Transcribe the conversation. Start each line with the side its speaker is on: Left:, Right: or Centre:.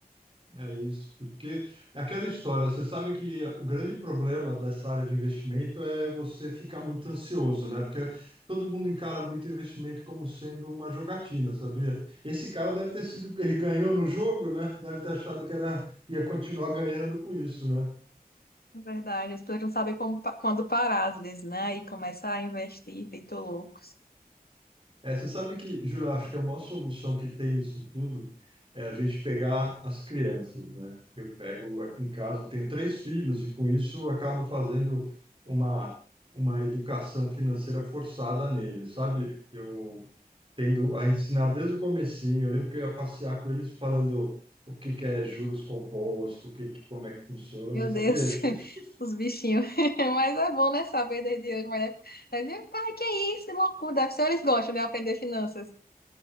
Right: É isso, porque é aquela história, você sabe que o grande problema dessa área de investimento é você ficar muito ansioso, né? Porque todo mundo encara muito investimento como sendo uma jogatina, sabia? Esse cara deve ter sido, ele ganhou no jogo, né? Deve ter achado que era, ia continuar ganhando com isso, né?
Left: É verdade, as pessoas não sabem como pa- quando parar, às vezes, né? E começa a investir, feito loucos.
Right: É, você sabe que, Júlio, eu acho que a maior solução que tem isso tudo é a gente pegar as crianças, né? Eu pego aqui em casa, eu tenho três filhos e com isso eu acabo fazendo uma, uma educação financeira forçada neles, sabe? Eu tendo a ensinar desde o comecinho, eu lembro que eu ia passear com eles falando o que que é juros compostos, o que, que- como é que funciona,
Left: Meu
Right: sabia?
Left: Deus,
Right: Acho que
Left: <laughs>
Right: isso
Left: os bichinhos. <laughs> Mas é bom, né? Saber desde hoje. Mas deve... deve- pai que é isso, que loucura. Deve ser eles gostam de aprender finanças.